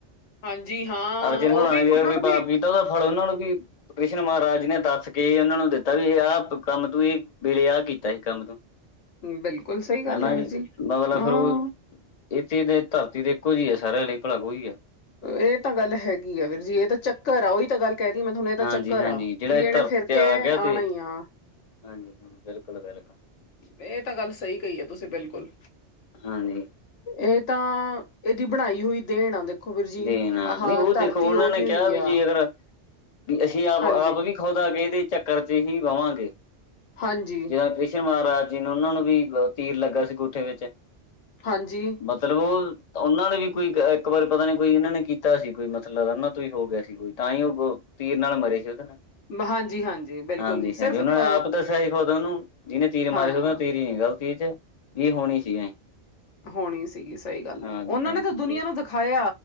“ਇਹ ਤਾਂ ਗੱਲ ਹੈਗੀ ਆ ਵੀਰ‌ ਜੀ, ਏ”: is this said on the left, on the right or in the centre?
Left